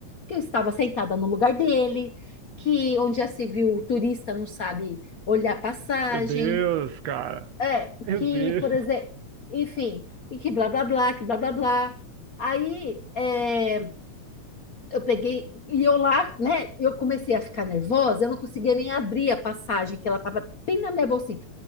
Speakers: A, on the left; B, on the right.
A: que eu estava sentada no lugar dele, que onde já se viu o turista não sabe olhar passagem,
B: Meu Deus, cara.
A: é,
B: Meu
A: que,
B: Deus.
A: por exemplo, enfim, e que blá blá blá, que blá blá blá. Aí é, eu peguei e eu lá, né? Eu comecei a ficar nervosa, eu não conseguia nem abrir a passagem, que ela tava bem na minha bolsinha.